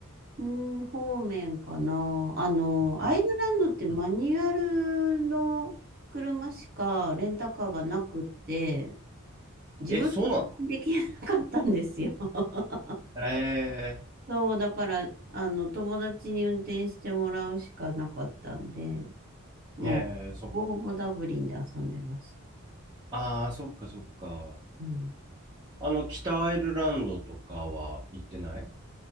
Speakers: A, on the right; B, on the right.
A: うん方面かな。あの、
B: うん
A: アイルランドってマニュアルの車しかレンタカーがなくって、
B: うん
A: 自分はできなかったんですよ。
B: え、そうなの
A: <laughs>
B: え
A: そう、だから、あの、友達に運転してもらうしかなかったんで、もう、
B: ー、えー、そっ
A: ほぼほぼダブリンで遊んでました。
B: ああ、そっかそっか。
A: うん
B: あの、北アイルランドとかは行ってない